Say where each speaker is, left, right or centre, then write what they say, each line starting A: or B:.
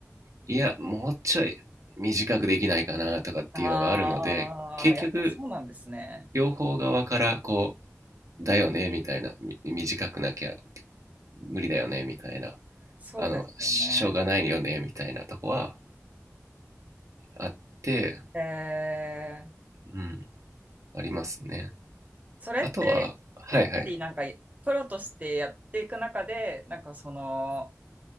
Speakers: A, on the right; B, on the right.
A: いやもうちょい短くできないかなとかっていうのがあるので結局
B: ああ、やっぱそうなんですね。
A: 両方側からこうだよねみたいな短くなきゃ無理だよねみたいな
B: そうですよね。
A: あの、しょうがないよね、みたいなとこはあって、
B: えー、
A: うん、ありますね。
B: それってやっぱりなんかプロとしてやっていく中で、
A: あとは、はいはい、
B: なんかその、